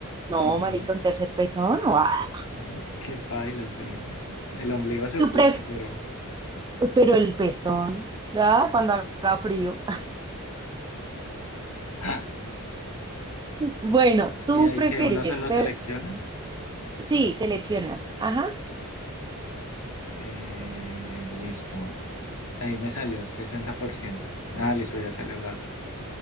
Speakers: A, on the right; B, on the left.
A: No,
B: Mm,
A: marica, un tercer pezón, no. ah.
B: ujú, qué paila, sí. El ombligo se
A: ¿Tú,
B: oculta,
A: pre-
B: pero...
A: Pero el pezón, ¿verdad? Cuando haga frío. <laughs>
B: <laughs> ¡ah!
A: Bueno, tú
B: Y ahí
A: prefieres
B: que uno se lo
A: beber.
B: selecciona.
A: Sí, seleccionas. Ajá.
B: Eh, listo. Ahí me salió 60%. Ah, listo, ya salió la otra.